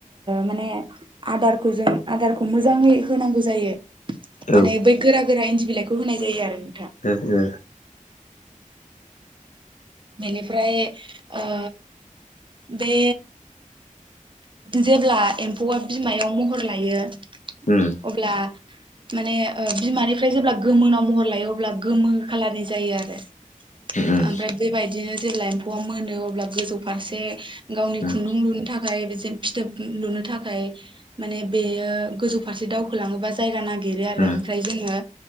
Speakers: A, on the right; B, on the left.
A: माने आदारखौ जों आदारखौ मोजाङै होनांगौ जायो।
B: औ ओ
A: माने बै गोरा गोरा इन्दि बिलाइखौ होनाय जायो आरो नोंथां
B: ओ ओ
A: बेनिफ्राय ओ बे जेब्ला एम्फौआ बिमायाव महर लायो
B: उम
A: अब्ला माने ओ बिमानिफ्राय जेब्ला गोमोनाव महर लायो अब्ला गोमो खालारनि जायो आरो
B: उम
A: ओमफ्राय बेबायायदिनो जेब्ला एम्फौआ मोनो अब्ला गोजौ फारसे गावनि
B: उम
A: खुन्दुं लुनो थाख फिथोब लुनो थाखाय माने बेयो गोजौ फारसे दावखोलाङोबा जायगा ना नागिरो आरो
B: उम
A: ओमफ्राय जोङो